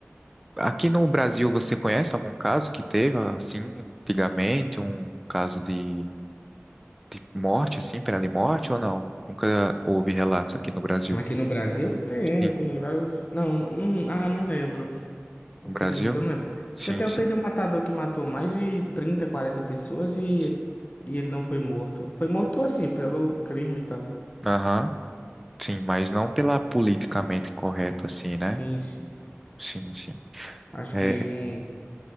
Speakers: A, in the centre; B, on the left.
A: aqui no Brasil você conhece algum caso que teve assim antigamente, um caso de, de morte assim, pena de morte ou não? Nunca houve relatos aqui no Brasil.
B: Aqui no Brasil tem,
A: Sim,
B: tem vários. Não, não, ah, não lembro. Infelizmente
A: no Brasil?
B: eu não lembro.
A: Sim,
B: Tem até
A: sim.
B: o Pedro Matador que matou mais de 30 40 pessoas e,
A: sim.
B: e ele não foi morto. Foi morto assim, pelo crime e tal.
A: Aham. Sim, mas não pela politicamente correta assim, né?
B: Sim, sim.
A: Sim, sim.
B: Acho
A: É,
B: que não.